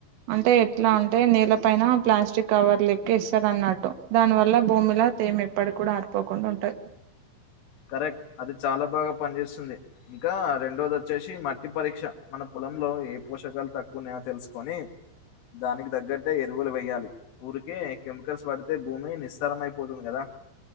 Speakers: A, on the right; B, on the left.
A: అంటే ఎట్లా అంటే నేల పైన ప్లాస్టిక్ కవర్ లెక్కెస్తరన్నట్టు దాని వల్ల భూమిలో తేమ ఎప్పట్ కూడా ఆరిపోకుండా ఉంటయి.
B: కరెక్ట్ అది చాలా బాగా పనిచేస్తుంది. ఇంకా రెండోది వచ్చేసి మట్టి పరీక్ష. మన పొలంలో ఏ పోషకాలు తక్కువున్నయా తెస్సుకొనీ దానికి దగ్గట్టే ఎరువులు వేయ్యాలి. ఊరికే కెమికల్స్ వాడితే భూమి నిస్సారం అయిపోతుంది కదా ఆ